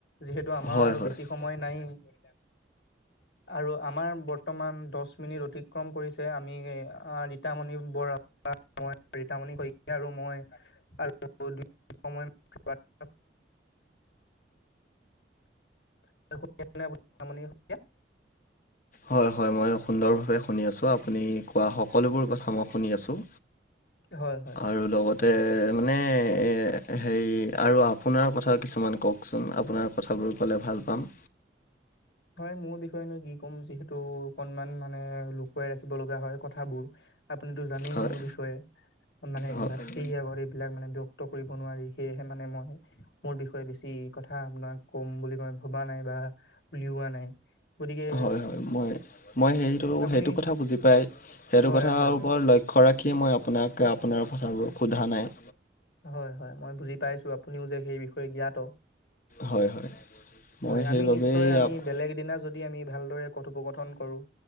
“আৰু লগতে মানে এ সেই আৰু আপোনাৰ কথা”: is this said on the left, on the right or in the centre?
Left